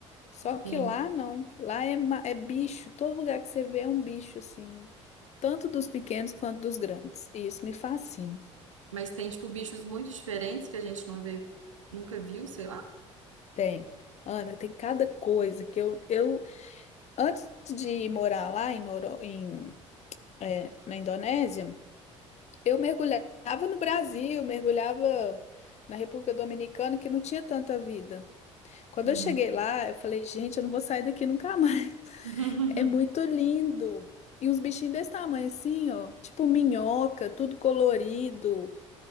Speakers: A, on the left; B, on the right.
A: Só que
B: sim.
A: lá não, lá é, ma- é bicho, todo lugar que você vê é um bicho, assim, tanto dos pequenos quanto dos grandes. E isso me fascina.
B: Mas tem, tipo, bichos muito diferentes que a gente não vê, nunca viu, sei lá.
A: Tem. Ana, tem cada coisa que eu, eu antes de morar lá em, Noro, em, eh, na Indonésia, eu mergulhava no Brasil, mergulhava na República Dominicana, que não tinha tanta vida. Quando
B: Uhum.
A: eu cheguei lá, eu falei, gente, eu não vou sair daqui nunca mais. <laughs>
B: <laughs>
A: É muito lindo. E uns bichinhos desse tamanho assim, ó, tipo minhoca, tudo colorido.